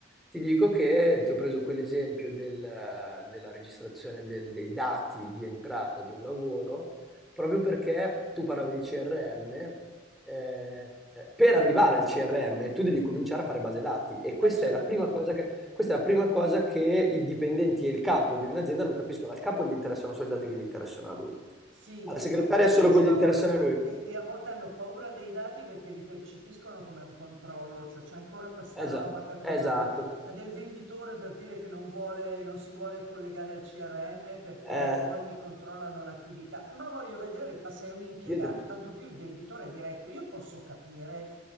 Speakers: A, in the centre; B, on the right.
A: ti dico che ti ho preso quell'esempio del- della registrazione del- dei dati di entrata di un lavoro, proprio perché tu parlavi di CRM, eh, per arrivare al CRM tu devi cominciare a fare base dati e questa
B: Eh certo.
A: è la prima cosa che, questa è la prima cosa che i dipendenti e il capo di un'azienda non capiscono. Al capo gli interessano solo i dati che gli interessano a lui,
B: Sì,
A: alla
B: di-
A: segretaria
B: non capiscono
A: solo quelli che gli interessano
B: e,
A: a lui.
B: e- e a volte hanno paura dei dati perché li percepiscono come un controllo, cioè c'è ancora questa
A: Esatto,
B: roba, capito,
A: esatto.
B: de- del venditore per dire che non vuole, non si vuole collegare al CRM perché
A: Eh,
B: poi mi controllano l'attività. Ma voglio vedere, ma sei un impiegato,
A: io devo...
B: tanto più il venditore diretto, io posso capire